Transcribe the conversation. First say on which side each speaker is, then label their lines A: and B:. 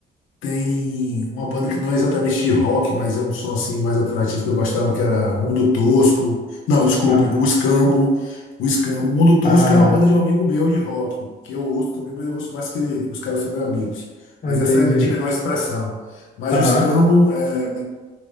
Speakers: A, on the left; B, on the left.
A: Tem uma banda que não é exatamente de rock, mas é um som assim mais alternativo que eu gostava, que era Mundo Tosco. Não, desculpe,
B: Ah,
A: o Escambo. O Escambo. Mundo Tosco
B: ah,
A: é uma banda de um amigo meu de rock, que eu ouço também, mas eu ouço mais que os caras são meus amigos.
B: ah,
A: Mas
B: entendi.
A: essa é de menor expressão. Mas
B: Aham,
A: o Escambo é,